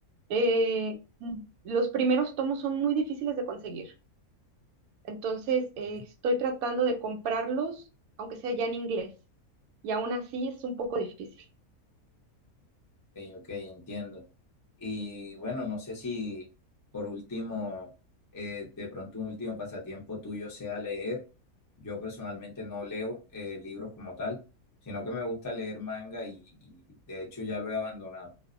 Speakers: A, on the right (about 80°); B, on the left (about 25°).
A: eh, mm, los primeros tomos son muy difíciles de conseguir, entonces
B: Ok,
A: eh, estoy tratando de comprarlos, aunque sea ya en inglés, y aún así es un poco difícil.
B: ok, entiendo. Y bueno, no sé si por último, eh, de pronto un último pasatiempo tuyo sea leer. Yo personalmente no leo eh, libros como tal, sino que me gusta leer manga y, y de hecho ya lo he abandonado.